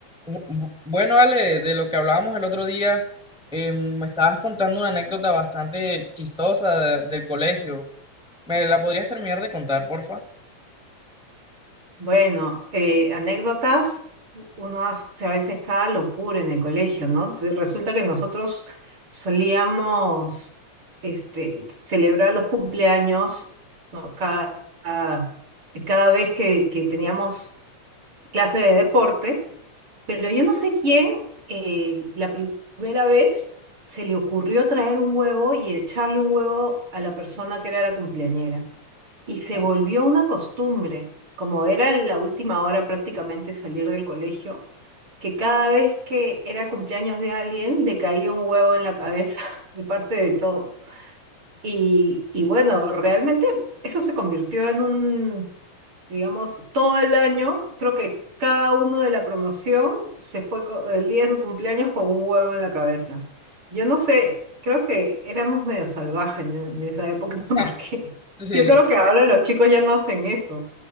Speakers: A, in the centre; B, on the right.
A: Bu- bu- Bueno, Ale, de lo que hablábamos el otro día, eh, me estabas contando una anécdota bastante chistosa de- del colegio. ¿Me la podrías terminar de contar, porfa?
B: Bueno, eh, anécdotas, uno hace a veces cada locura en el colegio, ¿no? Te- Resulta que nosotros solíamos este, celebrar los cumpleaños, ¿no? Cada, cada, cada vez que, que teníamos clase de deporte, pero yo no sé quién eh, la primera vez se le ocurrió traer un huevo y echarle un huevo a la persona que era la cumpleañera. Y se
A: Uh.
B: volvió una costumbre, como era la última hora prácticamente salir del colegio, que cada vez que era cumpleaños de alguien le caía un huevo en la cabeza <laughs> de parte de todos. Y, y bueno, realmente eso se convirtió en un, digamos, todo el año, creo que cada uno de la promoción se fue co- el día de su cumpleaños con un huevo en la cabeza. Yo no sé, creo que éramos medio salvajes en, en esa época,
A: <laughs>
B: <laughs> porque
A: Sí.
B: yo creo que ahora los chicos ya no hacen eso.